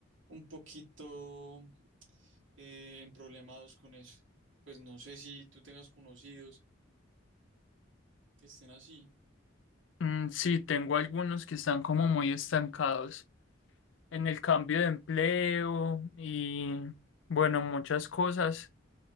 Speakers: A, on the right (about 80°); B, on the left (about 75°).
A: un poquito eh, emproblemados con eso. Pues no sé si tú tengas conocidos que estén así.
B: Mm, sí, tengo algunos que están como muy estancados en el cambio de empleo y bueno, muchas cosas.